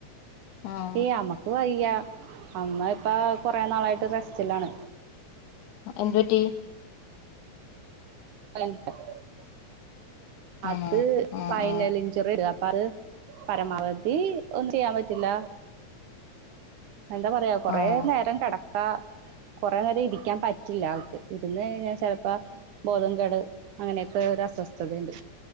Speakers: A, on the left (about 80°); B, on the right (about 85°).
A: ആഹ്
B: ഏ അമ്മക്ക് വയ് - യ്യാ അമ്മ ഇപ്പ കൊറേ നാളായിട്ട് റെസ്റ്റിലാണ്
A: എന്ത് പറ്റി
B: <unintelligible> അത്
A: ആണോ ആഹ്
B: ഫൈനലിഞ്ചിറെടാ
A: ആഹ്
B: <unintelligible> ന്ന് <unintelligible> പരമാവധി ഒന്നും ചെയ്യാൻ പറ്റില്ല എന്താ പറയാ കൊറേ
A: ആഹ്
B: നേരം കെട ക്കാ കൊറേ നേരം ഇരിക്കാൻ പറ്റില്ല അവൾക്ക് ഇര്ന്ന് കഴിഞ്ഞാ ചെലപ്പ ബോധംകെട് അങ്ങനെയൊക്കെ ഒരു അസ്വസ്ഥതയ്ണ്ട്.